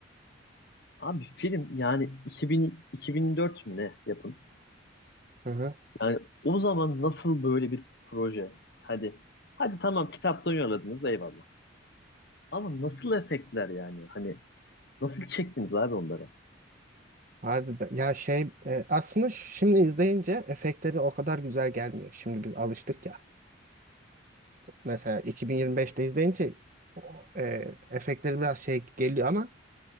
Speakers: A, on the left; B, on the right.
A: Abi film yani 2000, 2004 mü ne yapın?
B: Hı hı.
A: Yani o zaman nasıl böyle bir proje? Hadi hadi tamam kitaptan yolladınız eyvallah. Ama nasıl efektler yani? Hani nasıl çektiniz abi onları?
B: Harbiden. Ya şey e, aslında şu- şimdi izleyince efektleri o kadar güzel gelmiyor. Şimdi biz alıştık ya. Mesela 2025'te izleyince o, e, efektleri biraz şey geliyor ama